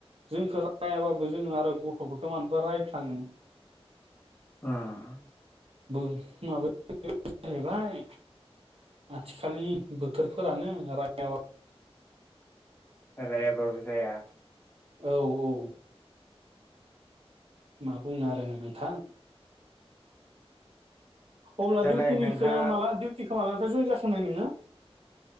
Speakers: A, on the right (about 65°); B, on the left (about 20°).
A: जोंखो रायाबाबो जों आरो गथ'फोरखो मानोबा राय फ्लांङो
B: उम
A: बो माबो जाहैबाय आथिखालनि बोथोरफोरानो राय
B: रायाबाबो जाया
A: औ औ माबुंनो आरो नोंथां अब्ला
B: दालाय
A: दिउटिनिखो
B: नोंहा
A: माला दिउटिखो मालानिफ्राय जयेन जास'नाय नोङो